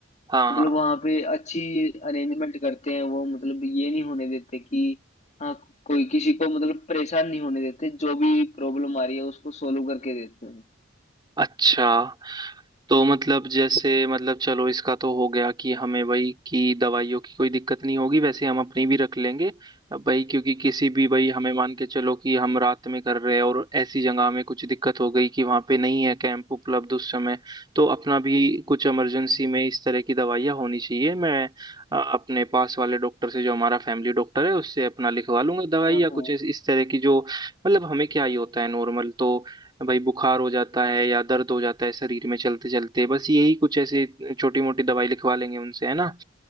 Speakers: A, on the right; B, on the left.
A: हाँ
B: मतलब
A: हाँ
B: वहां पे अच्छी अरेंजमेंट करते हैं वो मतलब ये नहीं होने देते कि हाँ कोई किसी को मतलब परेशान नहीं होने देते जो भी प्रॉब्लम आ रही है उसको सोल्व करके देते हैं
A: अच्छा तो मतलब जैसे मतलब चलो इसका तो हो गया कि हमें भाई कि दवाइयों की कोई दिक्कत नहीं होगी वैसे हम अपनी भी रख लेंगे अब भाई क्योंकि किसी भी भाई हमें मान के चलो कि हम रात में कर रहे हैं और ऐसी जगह में कुछ दिक्कत हो गई कि वहां पे नहीं है कैंप उपलब्ध उस समय तो अपना भी कुछ इमरजेंसी में इस तरह की दवाइयाँ होनी चाहिए मैं अ, अपने पास वाले डॉक्टर से जो हमारा फैमिली डॉक्टर है उससे अपना लिखवा लूंगा दवाई
B: हाँ
A: या
B: हाँ
A: कुछ इस इस तरह की जो मतलब हमें क्या ही होता है नॉर्मल तो भाई बुखार हो जाता है या दर्द हो जाता है शरीर में चलते चलते बस यही कुछ ऐसे छोटी मोटी दवाई लिखवा लेंगे उनसे है ना